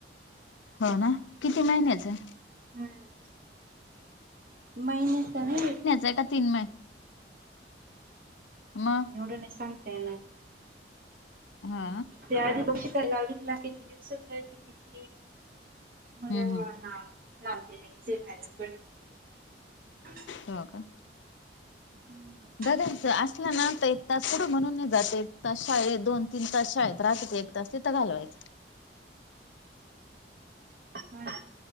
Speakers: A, on the left; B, on the right.
A: हा ना किती? महिन्याचं ए.
B: हुम महिन्याचं नाहीये गं.
A: आता तीन महिने. मग
B: एवढं नाय सांगता येणार.
A: हा.
B: त्या आधी <inaudible> किती दिवसाचं आहे किती ते. भजे
A: हम्म
B: बोलणार लाभ गेली तीन महिने <unintelligible>
A: हो काय?
B: हुम.
A: बघायचं असलं ना तर एक तास पुडा बनवून जाते एक तास शाळेत दोन-तीन तास शाळेत राहते. असली तर घालवायचं.
B: हुम.